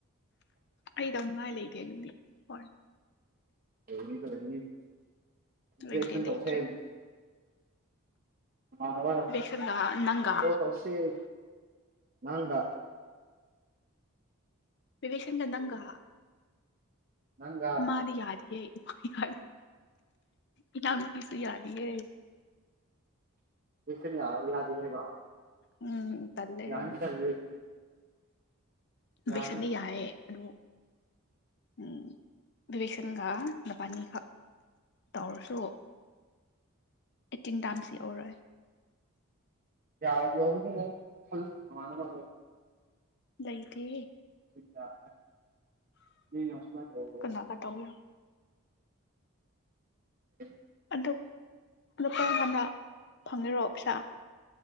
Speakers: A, on the left (about 50°); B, on the right (about 40°).
A: ꯑꯩ ꯇꯧꯅꯤꯡꯉꯥꯏ ꯂꯩꯇꯦ ꯑꯗꯨꯗꯤ ꯍꯣꯏ꯫
B: <unintelligible> ꯂꯩꯒꯅꯤ ꯏꯟꯖꯦꯛꯁꯟ
A: ꯂꯩꯇꯦ
B: ꯇꯧꯁꯦ
A: ꯂꯩꯇ꯭ꯔꯦ
B: ꯅꯥꯃꯟꯥꯅꯕ
A: ꯕꯤꯕꯦꯛꯁꯟꯒ ꯅꯪꯒ
B: ꯀꯦꯜ ꯇꯧꯁꯤ ꯅꯪꯗ
A: ꯕꯦ ꯕꯦ ꯁꯟꯒ ꯅꯪꯒ
B: ꯅꯪꯒ
A: ꯃꯥꯗꯤ ꯌꯥꯗꯤꯌꯦ ꯍꯥꯌꯥ ꯏꯅꯥꯎꯅꯨꯄꯤꯁꯨ ꯌꯥꯗꯤꯌꯦ
B: ꯌꯦꯁꯅꯤ ꯂꯛ ꯑꯥ ꯌꯥꯗꯦ ꯍꯥꯏꯕ
A: ꯎꯝ ꯇꯜꯂꯦ
B: ꯌꯥꯅꯤꯗ
A: ꯍꯥꯏ
B: <unintelligible> ꯌꯥꯅꯤ
A: ꯕꯁꯅꯤ ꯌꯥꯌꯦ ꯑꯗꯨ ꯎꯝ ꯕꯤꯕꯦꯁꯟꯒ ꯅꯄꯅꯤꯒ ꯇꯧꯔꯁꯨ ꯑꯦꯇꯤꯡ ꯗꯥꯝꯁꯤꯎꯧꯔꯣꯏ
B: ꯌꯥꯔ ꯌꯧꯅ ꯃꯥ
A: ꯂꯩ ꯇꯦ
B: ꯁꯤꯗꯦ ꯃꯤꯅꯥ ꯑꯁꯨꯃꯥꯏꯅꯥ ꯇꯧ
A: ꯀꯅꯥꯒ ꯇꯧꯒꯦꯔꯣ
B: ꯎ
A: ꯑꯗꯨꯗꯣ ꯑꯗ ꯀꯗ ꯐꯪꯅꯔꯣꯑꯣ ꯄꯩꯁꯥ